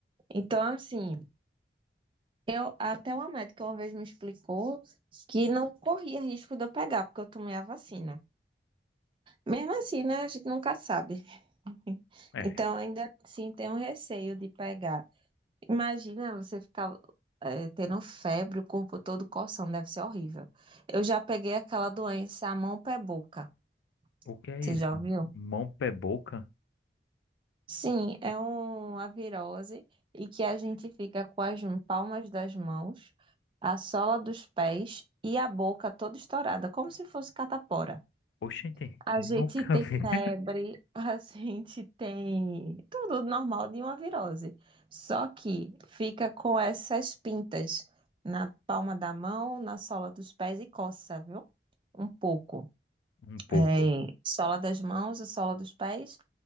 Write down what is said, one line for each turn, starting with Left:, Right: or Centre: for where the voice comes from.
Right: Então, assim, eu até uma médica uma vez me explicou que não corria risco de eu pegar, porque eu tomei a vacina. Mesmo assim, né, a gente nunca sabe. <laughs>
Left: é.
Right: Então, ainda assim, tem um receio de pegar. Imagina você ficar eh, tendo febre, o corpo todo coçando, deve ser horrível. Eu já peguei aquela doença mão, pé, boca.
Left: O que é
Right: Você
Left: isso?
Right: já ouviu?
Left: Mão, pé, boca?
Right: Sim, é uma virose e que a gente fica com as palmas das mãos, a sola dos pés e a boca toda estourada, como se fosse catapora.
Left: Oxente,
Right: A
Left: nunca
Right: gente tem
Left: vi.
Right: febre,
Left: <laughs>
Right: <laughs> a gente tem tudo normal de uma virose. Só que fica com essas pintas na palma da mão, na sola dos pés e coça, viu? Um pouco.
Left: Um pouco.
Right: É, sola das mãos e sola dos pés.